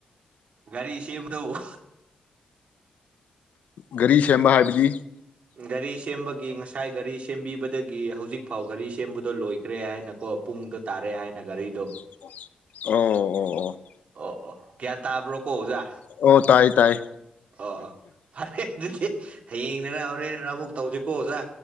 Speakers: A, on the right (about 55°); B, on the left (about 70°).
A: ꯒꯥꯔꯤ ꯁꯦꯝꯕꯗꯣ
B: ꯒꯥꯔꯤ ꯁꯦꯝꯕ ꯍꯥꯏꯕꯗꯤ
A: ꯒꯥꯔꯤ ꯁꯦꯝꯕꯒꯤ ꯉꯁꯥꯏ ꯒꯥꯔꯤ ꯁꯦꯝꯕꯤꯕꯗꯒꯤ ꯍꯧꯖꯤꯛꯐꯥꯎ ꯒꯥꯔꯤ ꯁꯦꯝꯕꯗꯣ ꯂꯣꯏꯈ꯭ꯔꯦ ꯍꯥꯏꯅꯀꯣ ꯄꯨꯡꯗꯣ ꯇꯥꯔꯦ ꯍꯥꯏꯅ ꯒꯥꯔꯤꯗꯣ
B: ꯑꯣ ꯑꯣ
A: ꯑꯣ ꯑꯣ ꯀꯌꯥꯟ ꯇꯥꯕ꯭ꯔꯣ ꯀꯣ ꯑꯣꯖꯥ
B: ꯑꯣ ꯑꯣ ꯇꯥꯏ ꯇꯥꯏ
A: ꯑꯣ ꯑꯣ ꯐꯔꯦ ꯑꯗꯨꯗꯤ ꯍꯌꯦꯡꯗꯔ ꯍꯣꯔꯦꯟꯔ ꯑꯃꯨꯛ ꯇꯧꯁꯤꯀꯣ ꯑꯣꯖꯥ